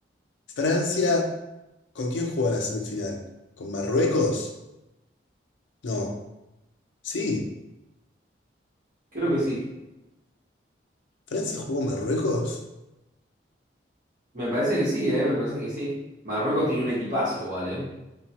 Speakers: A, on the left; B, on the right.
A: Francia, ¿con quién jugó la semifinal? ¿Con Marruecos? No. Sí,
B: Creo que sí.
A: Francia jugó Marruecos.
B: Me parece que sí, ¿eh? Me parece que sí. Marruecos tenía un equipazo igual, ¿eh?